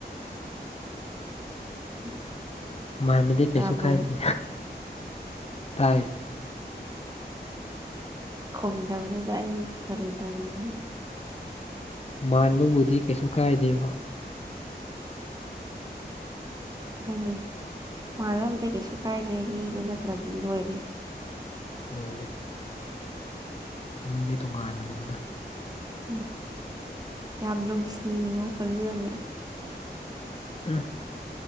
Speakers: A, on the right; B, on the left.
A: <unintelligible>
B: ꯃꯥꯟꯕꯗꯤ ꯀꯩꯁꯨ
A: ꯇꯥꯕ꯭ꯔꯣ
B: ꯀꯥꯏꯗꯦ ꯇꯥꯏ꯫
A: ꯈꯨꯝꯗꯕꯗꯨꯗ ꯑꯩ ꯀꯔꯤ ꯇꯧꯔꯝꯅꯣ꯫
B: ꯃꯥꯟꯕꯕꯨꯗꯤ ꯀꯩꯁꯨ ꯀꯥꯏꯗꯦꯕ꯫
A: ꯑꯩꯈꯣꯏꯅꯤ ꯃꯥꯟꯅꯔꯝꯗꯤ ꯀꯩꯁꯨ ꯀꯥꯏꯗꯦ ꯃꯤꯗꯨ ꯅꯠꯇ꯭ꯔꯗꯤ ꯂꯣꯏꯔꯦ꯫
B: ꯂꯩꯔꯦ꯫ ꯃꯤꯗꯤ ꯇꯣꯉꯥꯟꯅꯕꯅꯤꯅ꫰꫰
A: ꯎꯝ ꯌꯥꯝ ꯅꯨꯡꯁꯤꯕ ꯈꯣꯟꯖꯦꯜꯅꯤ ꯑ
B: ꯎꯝ